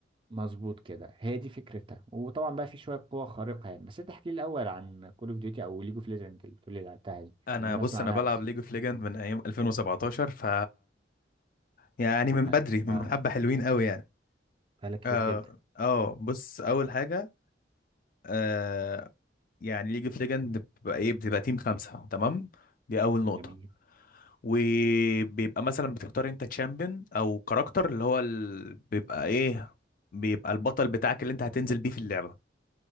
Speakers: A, on the right; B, on the left.
A: مظبوط كده هي دي فكرتها وطبعا بقى في شويه قوه خارقه يعني بس انت احكي لي الاول عن كول اوف ديوتي او ليج اوف ليجند اللي بتقول لي لعبتها دي
B: انا
A: لان انا
B: بص
A: اسمع
B: انا
A: عنها
B: بلعب
A: بس
B: ليج اوف ليجند من ايام 2017 ف يعني من
A: ده
B: بدري
A: انت
B: من
A: آه،
B: حبة حلوين قوي يعني
A: بقالك كتير
B: اه
A: جدا
B: اه بص اول حاجة آه يعني ليج اوف ليجند بتبقى ايه بتبقى تيم خمسة تمام دي اول نقطة
A: جميل
B: وبيبقى مثلا بتختار انت تشامبيون او كاركتر اللي هو ال... بيبقى ايه بيبقى البطل بتاعك اللي انت هتنزل بيه في اللعبة